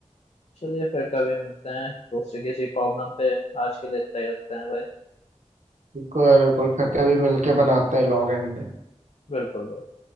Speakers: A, on the left; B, on the right.
A: चलिए फिर कभी मिलते हैं दूसरे किसी प्रॉब्लम पे आज के लिए इतना ही रखते हैं भाई
B: बिल्कुल है, बिल्कुल फिर कभी मिलके बनाते हैं लॉग एन में
A: बिल्कुल भाई